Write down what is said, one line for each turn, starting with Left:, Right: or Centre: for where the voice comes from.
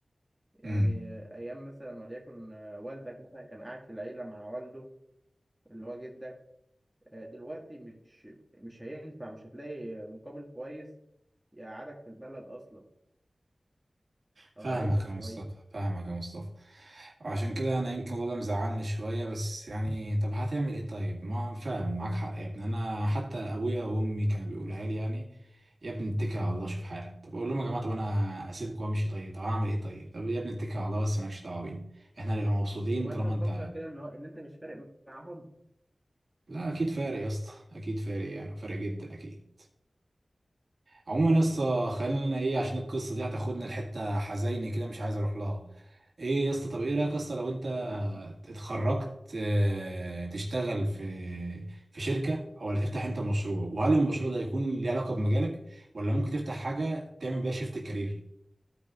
Centre: يعني
Right: مم.
Centre: أيام مثلا وليكن والدك مثلا كان قاعد في العيلة مع والده اللي هو جدك آه، دلوقتي مش مش هينفع مش هتلاقي مقابل كويس يقعدك في البلد اصلا
Right: فاهمك
Centre: او يعيشك
Right: يا مصطفى
Centre: كويس
Right: فاهمك يا مصطفى عشان كده انا يمكن الموضوع
Centre: مم.
Right: ده مزعلني شويه بس يعني طب هتعمل ايه طيب ما فعلا معاك حق يا ابني انا حتى ابويا وامي كانوا بيقولها لي يعني يا ابني اتكل على الله شوف حالك طب اقول لهم يا جماعه طب انا اسيبك وامشي طيب طب هعمل ايه طيب طب يا ابني اتكل على الله بس مالكش دعوه بينا احنا هنبقى مبسوطين
Centre: هو
Right: طالما
Centre: انت مفكر
Right: انت
Centre: كده ان هو ان انت مش فارق معاهم
Right: لا اكيد فارق يا اسطى اكيد فارق يعني فارق جدا اكيد عموما يا اسطى خلينا ايه عشان القصه دي هتاخدنا لحته حزينه كده مش عايز اروح لها ايه يا اسطى طب ايه رايك يا اسطى لو انت
Centre: في الاحسن
Right: اتخرجت آه، تشتغل في في شركة او ولا تفتح انت مشروع وهل المشروع ده هيكون ليه علاقة بمجالك ولا ممكن تفتح حاجة تعمل بيها شيفت كارير